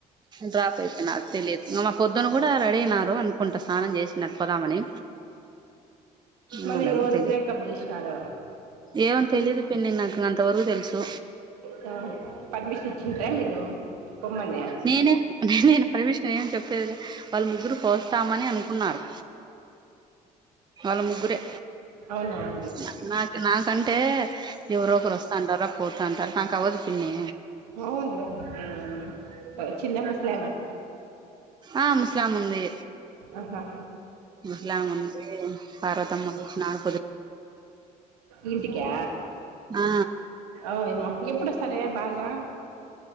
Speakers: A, on the right; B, on the right.
A: డ్రాప్ పయిపోయినర్ తెలియదు ఇంగ మా పొద్దున గూడా రెడీ అయినారు అనుకుంట స్నానం చేసినర్ పోదామని ఏమో
B: మళ్ళి ఎవరు
A: తెలియదు
B: బ్రేకప్ జేసినారు
A: ఏమో తెలీయదు పిన్ని నాకు అంతవరకు తెలుసు
B: ఇంకా పర్మిషన్ ఇచ్చింట్రా మీరు పొమ్మనే
A: నేనే నేను పర్మిషన్ ఏం చెప్పేదిలే వాళ్ళ ముగ్గురు పోస్తా మని అని అనుకున్నారు వాళ్లు ముగ్గురే
B: అవున
A: నా నాకు నాకంటే ఎవరొ ఒకరు వస్తా అంటారా పోత అంటారు నాకు అవ్వదు పిన్ని
B: అవున్లే ఉమ్ చిన్న ముస్ల
A: ఆహ్ ముస్లాముంది
B: ఆహా
A: ముస్లాముంది పార్వతమ్మ లోచ్నారు
B: ఇంటికా
A: ఆ
B: ఓయమ్మా ఎప్పుడొస్ రే బాగా